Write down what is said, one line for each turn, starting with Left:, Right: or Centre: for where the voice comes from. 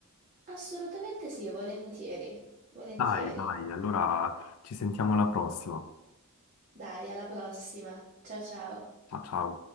Right: Assolutamente sì, volentieri, volentieri.
Left: Dai, dai, allora ci sentiamo alla prossima.
Right: Dai, alla prossima. Ciao ciao.
Left: Ciao, ciao.